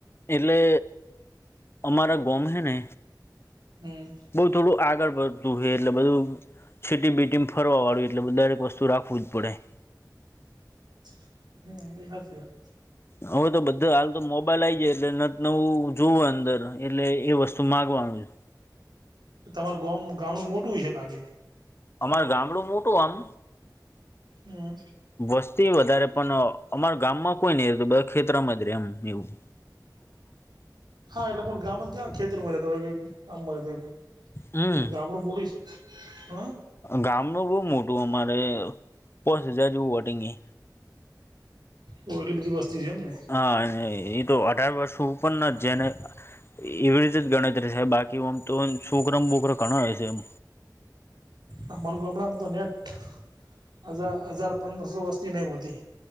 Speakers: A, on the left; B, on the right.
A: એટલે અમારા ગમે ને
B: હમ
A: બઉુ થોડું આગળ વધતું હ એટલે બધું સીટી બીટી ફરવા વાળું એટલે દરેક વસ્તુ રાખવું જ પડે
B: <unintelligible> હ એ હાચી વાત
A: હવે તો બધા હાલ તો મોબાઈલ આવી જાય એટલે ન નવું જોુવું અંદર એટલે એ વસ્તુ માગવાનું છે.
B: તમારું ગમ ગામડું મોટું છે લાગે
A: અમાર ગામડું મોટું આમ
B: હમ
A: વસ્તી વધારે પણ અમારા ગામમાં કોઈ નઈ તો બે ખેતરમાં જ રેમ એવું
B: હા એટલે મું ગામમાં ક ખેતર મળામ
A: હમ
B: ગામડું મૂડીશ હ
A: ગામ ન બહુ મોટું અમારે પોસ હજાર જેવું વોટિંગ એ
B: ઓ એટલી બધી વસ્તી છેમ ને
A: હા એ તો અઢાર વર્ષું ઉપ જેને એવી રીતે જ ગણતરી છે બાકી આમ તો શુક્રમ બુકરો ઘણા હોય છે એમ
B: આ મારગું હમણાંને તો નેટ હજાર હજાર પંદરસો વસ્તી નહીં હોતી